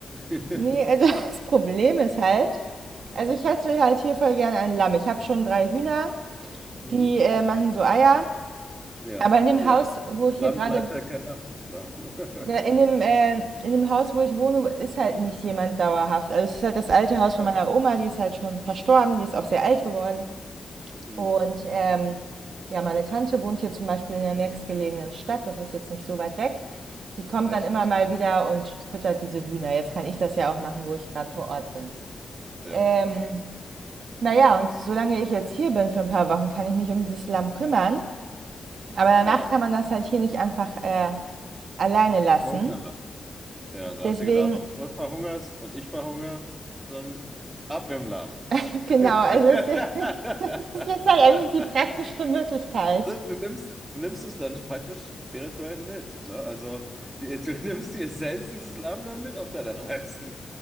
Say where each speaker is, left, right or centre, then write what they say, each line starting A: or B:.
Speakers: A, on the right; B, on the right.
A: <laughs>
B: nee, also <laughs> das Problem ist halt, also ich hätte halt hier voll gerne ein Lamm. Ich habe schon drei Hühner,
A: Hm?
B: die äh, machen so Eier.
A: Ja,
B: Aber in dem
A: ja.
B: Haus, wo ich
A: Lamm
B: hier gerade,
A: bleibt halt kein Lamm. Ne? <laughs>
B: ja, in dem, äh, in dem Haus, wo ich wohne, ist halt nicht jemand dauerhaft. Also es ist halt das alte Haus von
A: Ja,
B: meiner Oma, die ist halt schon verstorben, die ist auch sehr alt geworden.
A: Mhm.
B: Und ähm, ja, meine Tante wohnt hier zum Beispiel in der nächstgelegenen Stadt, das ist jetzt nicht so weit weg. Die kommt
A: ja,
B: dann immer mal wieder und füttert diese Hühner. Jetzt kann ich das ja auch machen, wo ich gerade vor Ort bin.
A: ja.
B: Ähm, naja, und solange ich jetzt hier bin für ein paar Wochen, kann ich mich um dieses Lamm kümmern. Aber danach
A: ja.
B: kann man das halt hier nicht einfach äh, alleine lassen.
A: Verhungern lassen. Ja, da
B: Deswegen,
A: hast du gedacht, bevor es verhungerst und ich verhungere, dann ab mit dem Laden.
B: <laughs> genau,
A: <laughs>
B: also es das <laughs> ist jetzt halt eigentlich die praktischste Möglichkeit.
A: Du du nimmst, du nimmst es dann praktisch spirituell mit, ne? Also die, du nimmst die Essenz dieses Lamm dann mit auf deine Reisen.